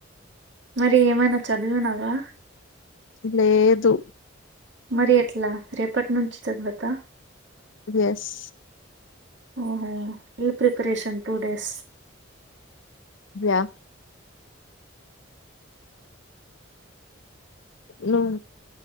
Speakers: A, on the right; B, on the left.
A: మరి ఏమైనా చదివినవా.
B: లేదు.
A: మరి ఎట్లా రేపటి నుంచి చదువద
B: ఎస్
A: ఓహో ఫీ ప్రిపరేషన్ టూ డేస్
B: యా నువ్